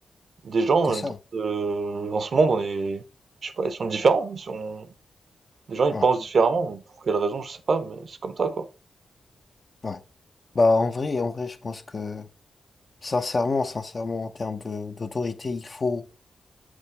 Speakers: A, on the right; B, on the left.
A: des gens,
B: c'est ça.
A: heu, dans ce monde, on est je sais pas, ils sont différents, ils sont les gens, ils
B: Ouais,
A: pensent différemment». Pour quelle raison, je sais pas, mais c'est comme ça, quoi.
B: ouais. Bah, en vrai, en vrai, je pense que, sincèrement, sincèrement, en termes de, d'autorité, il faut,